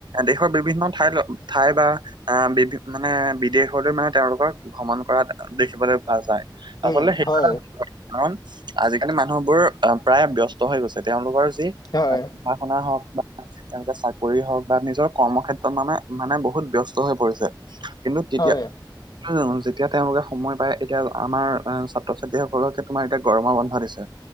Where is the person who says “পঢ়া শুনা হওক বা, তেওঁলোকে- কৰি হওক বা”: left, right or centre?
Right